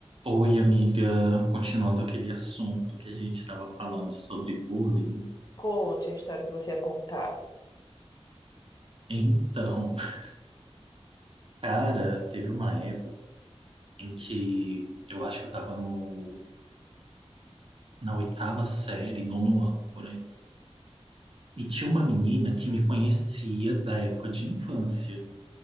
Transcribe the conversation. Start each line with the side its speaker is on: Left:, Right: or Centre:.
Right: Oi, amiga. Continuando aquele assunto que a gente estava falando sobre bullying.
Left: Conte a história que você ia contar.
Right: Então, <laughs> cara, teve uma época em que eu acho que eu estava no, na oitava série, nono ano, por aí. E tinha uma menina que me conhecia da época de infância,